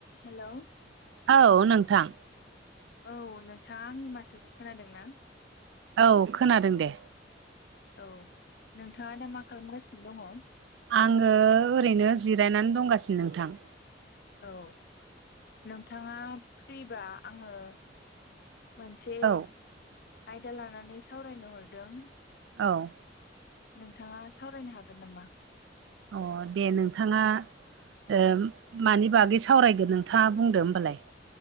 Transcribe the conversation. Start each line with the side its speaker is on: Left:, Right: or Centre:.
Left: Hello
Right: औ नोंथां
Left: औ नोंथां आंनि माथोखौ खोनादों ना
Right: औ खोनादों दे
Left: औ नोंथाङा दा मा खालामगासिनो दङ?
Right: आङो ओरैनो जिरायनानै दंगासिनो नोंथां
Left: औ नोंथाङा फ्रिबा आङो मोनसे
Right: औ
Left: आयदा लानानै सावरायनो हरदों
Right: औ
Left: नोंथाङा सावरायनो हागोन नामा?
Right: अ दे नोंथाङा ओ मानि बागै सावरायगोन नोंथाङा बुंदो होमबालाय